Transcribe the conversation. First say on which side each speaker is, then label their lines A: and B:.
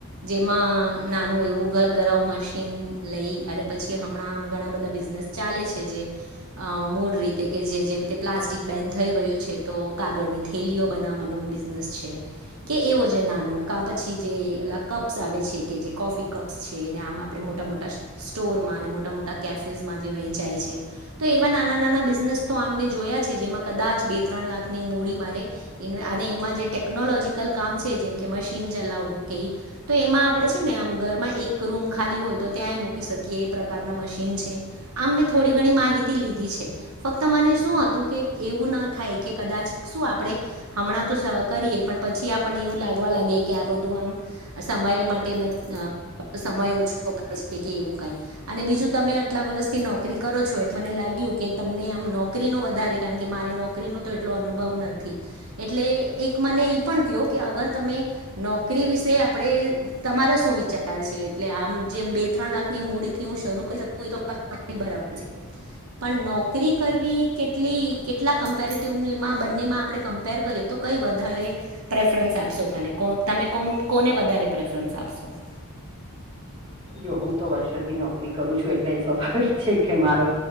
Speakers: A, on the right; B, on the right.
A: જેમાં નાનું એવું ઘર ઘરવું મશીન લઈ અને પછી હમણાં આમ ઘણા બધા બિઝ ચાલે છે. જે મૂળ રી કે જે જેવી રીતે પ્લાસ્ટિક બેન થઈ ગયું છે. તો કાગળની થેલીઓ બનાવવાનો બિઝનેસ છે. કે એવો નાનો પછી જે પેલા કપ્સ આવે છે કે જે કોફી કપ્સ છે ને આમ આપણે મોટા મોટા સ્ટોરમાં અને મોટા મોટા કેફેઝમાં જે વેંચાય છે. તો એવા નાના નાના બિઝનેસ તો આ મે જોયા છે જેમાં કદાચ બે ત્રણ લાખની મૂડી મારે અને એમાં જે ટેકનોલોજીકલ કામ છે જેમ કે મશીન ચલાવવું કે તો એમાં આપડે છે ને ઘરમાં એક રૂમ ખાલી હોય તો ત્યાં મૂકી શકીએ એ પ્રકારના મશીન છે. આમ મેં થોડી ઘણી માહિતી લીધી છે. ફક્ત મને શું હતું કે એવું ના થાય કે કદાચ શું આપણેે હમણાં તો કરીએ પણ પછી આપણને એવું લાગવા લાગીએ કે આ બધું આમ સમય માટે સમય ઓછો કે એવું કઈ અને બીજું તમે આટલા વર્ષથી નોકરી કરો છો એટ મને લ લાગીયુ કે તમને આમ નોકરી નો વધારે કારણ કે મારે નોકરી નો તો એટલો અનુભવ નથી. એટલે એક મને ઈ પણ કહયો કે અગર તમે નોકરી વિશે આપણે તમારા શું વિચાર એટલે આમ જે બે ત્રણ લાખની મૂડી થી હું શરૂ કરી શકુ તો બરાબર છે. પણ નોકરી કરવી કેટલી કેટલા કમ્પેરેટિવમાં બંનેમાં આપણે કરી તો કઈ વધારે પ્રેફરન્સ આપશો તને તમે કોને વધારે પ્રેફરન્સ આપશો. <inaudible>
B: જો હું તો વર્ષોથી નોકરી કરું છું એટલે એ સ્વાભાવિક છે. કે મારો